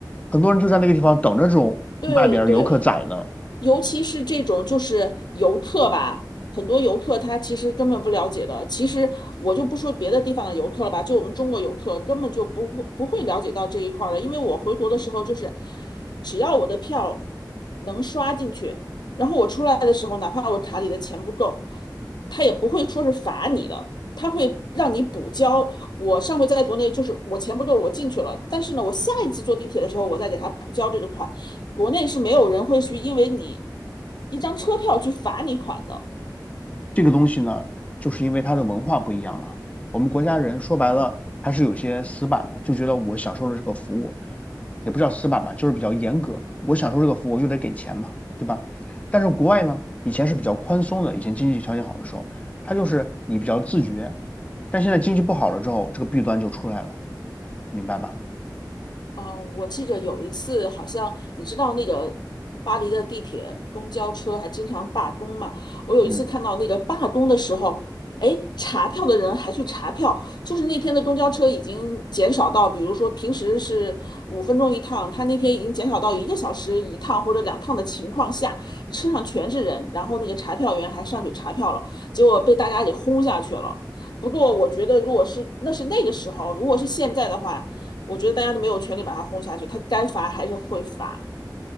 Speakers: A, on the left; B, on the left.
A: 很多人就在那个地方等着这种外边儿游客宰呢。
B: 对对。尤其是这种就是游客吧，很多游客他其实根本不了解的。其实我就不说别的地方的游客了吧，就我们中国游客根本就不会不会了解到这一块儿的。因为我回国的时候，就是只要我的票能刷进去，然后我出来的时候，哪怕我卡里的钱不够，他也不会说是罚你的。他会让你补交。我上回在国内就是我钱不够，我进去了，但是呢，我下一次坐地铁的时候，我再给他补交这个款。国内是没有人会去因为你一张车票去罚你款的。
A: 这个东西呢，就是因为它的文化不一样了。我们国家人说白了还是有些死板的，就觉得我享受了这个服务，也不叫死板吧，就是比较严格。我享受这个服务，我就得给钱嘛，对吧？但是国外呢，以前是比较宽松的，以前经济条件好的时候，它就是你比较自觉。但现在经济不好了之后，这个弊端就出来了，明白吧？
B: 哦，我记着有一次，好像你知道那个巴黎的地铁、公交车还经常罢工嘛。我有一次看到那个罢工的时候，
A: 嗯。
B: 哎，查票的人还去查票，就是那天的公交车已经减少到，比如说平时是五分钟一趟，他那天已经减少到一个小时一趟或者两趟的情况下，车上全是人，然后那个查票员还上去查票了，结果被大家给轰下去了。不过我觉得，如果是那是那个时候，如果是现在的话。我觉得大家都没有权利把它轰下去，它该罚还是会罚。